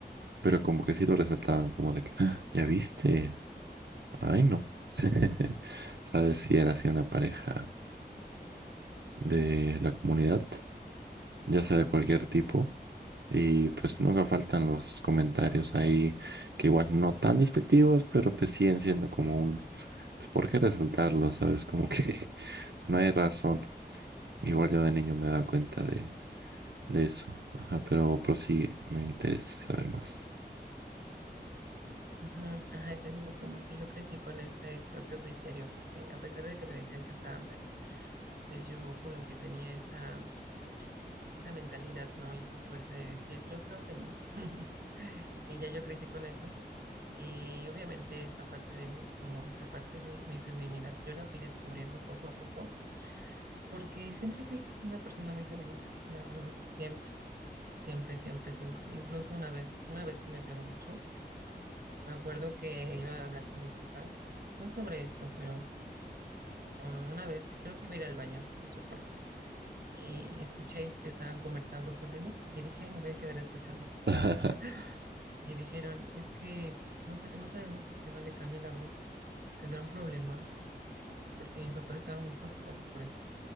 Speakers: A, on the right; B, on the right.
A: pero como que sí lo resaltaban, como de que, "Ah, ¿ya viste? Ay, no. <laughs> ¿Sabes si era así una pareja de la comunidad,
B: ajá,
A: ya sea de cualquier tipo? Y pues nunca faltan los comentarios ahí, que igual no tan despectivos, pero pues siguen siendo como un, pues ¿por qué resaltarlo? ¿Sabes? Como que <laughs> no hay razón. Igual yo de niño me daba cuenta de, de eso. Ajá, pero prosigue, me interesa saber más.
B: ajá, te digo, como que yo crecí con ese propio criterio, porque a pesar de que me decían que estaba mal, pues yo como que tenía esa, esa mentalidad, ¿no? Y esa fuerza de decir, yo creo que no. <laughs> Y ya yo crecí con eso. Y obviamente esta parte de mí, como esa parte de mi feminidad, yo la fui descubriendo poco a poco, porque siempre fui una persona muy femenina, la verdad, siempre, siempre, siempre, siempre. Incluso una vez, una vez que me pegó mucho, me acuerdo que iba a hablar con mis papás, no sobre esto, pero ah, una vez creo que iba a ir al baño de su cuarto y escuché que estaban conversando sobre mí y dije, "Ay, me voy a quedar escuchando.
A: <laughs>
B: <laughs> Y dijeron, es que no sé, que no sabemos por qué no le cambia la voz. ¿Tendrá un problema? porque mi papá estaba muy preocupado por eso,